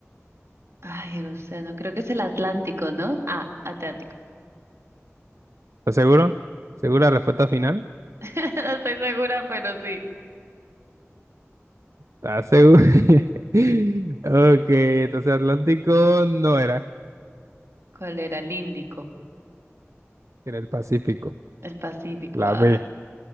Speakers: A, on the right; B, on the right.
A: ay, el océano, creo que es el Atlántico, ¿no? Ah, Atlántico.
B: ¿Estás seguro? ¿Segura la respuesta final?
A: <laughs> No estoy segura, pero sí.
B: ¿Estás seguro? <laughs> Ok, entonces Atlántico no era,
A: ¿Cuál era? El Índico,
B: era el Pacífico,
A: el Pacífico.
B: la
A: Ah,
B: B.